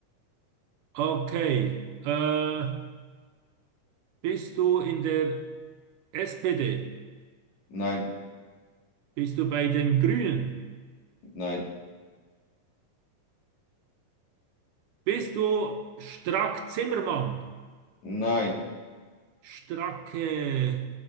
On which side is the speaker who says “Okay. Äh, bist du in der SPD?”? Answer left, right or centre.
Right